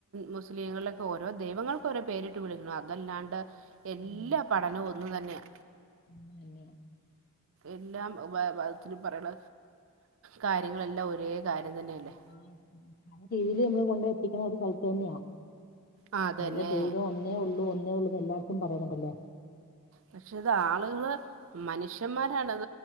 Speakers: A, on the right (about 60°); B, on the left (about 40°).
A: മുസ്ലീങ്ങളിലൊക്കെ ഓരോ ദൈവങ്ങൾക്ക് ഓരോ പേരിട്ട് വിളിക്കണം അതല്ലാണ്ട് എല്ലാ
B: ആഹ്
A: പഠനവു ഒന്നു തന്നെയാ.
B: <unintelligible>
A: എല്ലാം മ മതത്തിലും പറയ്ണ കാര്യങ്ങളെല്ലാം ഒരേ കാര്യം തന്നെയല്ലേ
B: ആ പല രീതിയില് നമ്മള് കൊണ്ട് എത്തിക്ക്ണ ഒരു സ്ഥലത്ത് തന്നെയാ
A: ആ അതന്നെ
B: അയ്ലെ ദൈവം ഒന്നേ ഉള്ളൂ ഒന്നേ ഉള്ളൂന്ന് എല്ലാട്ത്തും പറയുന്നുണ്ടല്ലോ
A: പക്ഷെ ഇത് ആളുകള് മനുഷ്യന്മാരാണത്